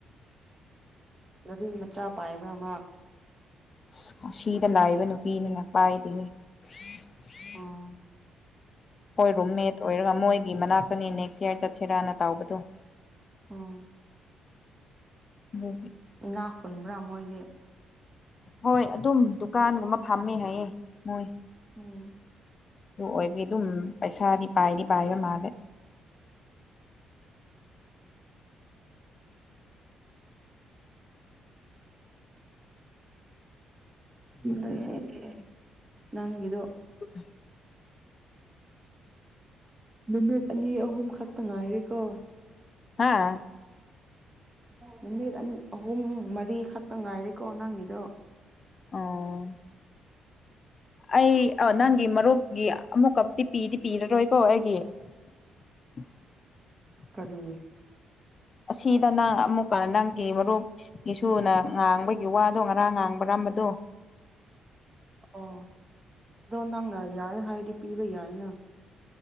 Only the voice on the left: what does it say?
ꯑꯁ ꯑꯁꯤꯗ ꯂꯥꯏꯕ ꯅꯨꯄꯤꯅꯤꯅ ꯄꯥꯏꯗꯦꯍꯦ <unintelligible>
ꯍꯣꯏ ꯔꯨꯝꯃꯦꯠ ꯑꯣꯏꯔꯒ ꯃꯣꯏꯒꯤ ꯃꯅꯥꯛꯇꯅꯦ ꯅꯦꯛꯁ ꯌꯔ ꯆꯠꯁꯦꯔꯥꯅ ꯇꯥꯎꯕꯗꯣ
<unintelligible>
ꯍꯣꯏ ꯑꯗꯨꯝ ꯗꯨꯀꯥꯟꯒꯨꯝꯕ ꯐꯝꯃꯦ ꯍꯥꯏꯌꯦ ꯃꯣꯏ
ꯗꯨ ꯑꯣꯏꯕꯒꯤ ꯗꯨꯝ ꯄꯩꯁꯥꯗꯤ ꯄꯥꯏꯗꯤ ꯄꯥꯏꯕ ꯃꯥꯜꯂꯦ
<unintelligible>
ꯍꯥꯥ
ꯑꯣ ꯑꯩ ꯑꯣ ꯅꯪꯒꯤ ꯃꯔꯨꯞꯒꯤ ꯑꯃꯨꯛꯀꯞꯗꯤ ꯄꯤꯗꯤ ꯄꯤꯔꯔꯣꯏꯀꯣ ꯑꯩꯒꯤ <inaudible>
ꯑꯁꯤꯗ ꯅꯪ ꯑꯃꯨꯛꯀ ꯅꯪꯒꯤ ꯃꯔꯨꯞ ꯒꯤꯁꯨꯅ ꯉꯥꯡꯕꯒꯤ ꯋꯥꯗꯨ ꯉꯔꯥꯡ ꯉꯥꯡꯕ꯭ꯔꯝ ꯃꯗꯣ